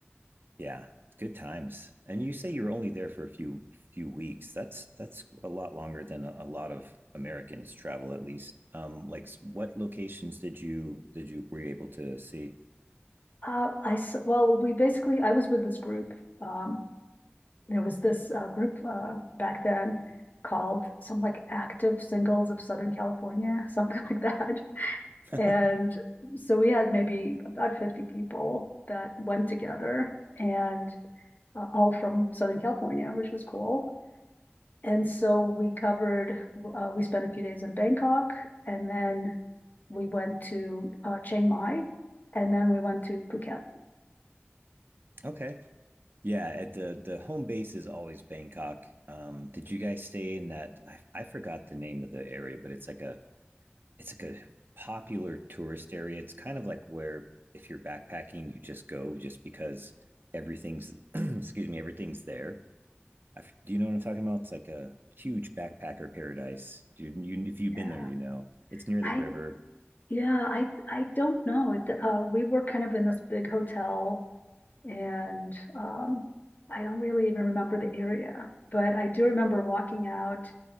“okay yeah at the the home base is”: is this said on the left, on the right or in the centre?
Right